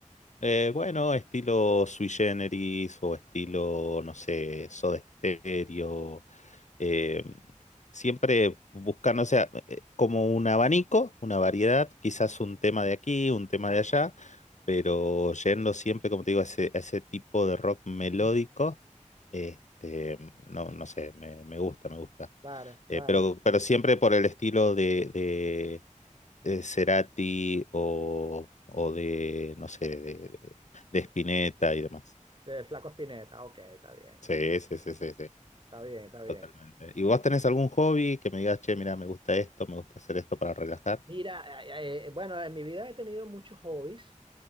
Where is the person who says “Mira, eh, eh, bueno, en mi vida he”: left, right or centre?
Right